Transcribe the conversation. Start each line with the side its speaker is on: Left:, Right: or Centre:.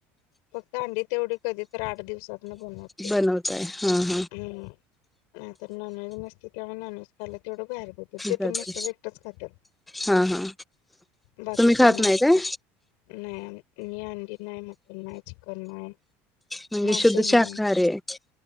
Left: फक्त अंडी तेवढी कधी तर आठ दिवसात न बनवते
Centre: बनवताय हा हा
Left: हम नाही तर नॉनव्हेज नसते तेव्हा नॉनव्हेज खायला तेवढं बाहेर पडतात ते
Centre: जाते
Left: पण मिस्टर एकटच खात्यात.
Centre: हा हा
Left: बाकी
Centre: तुम्ही
Left: कोण नाहीत
Centre: नाही काय
Left: खात नाही मी अंडी नाही मटन नाही चिकन नाही.
Centre: म्हणजे
Left: मासे
Centre: शुद्ध
Left: नाही
Centre: शाकाहारारी आहे.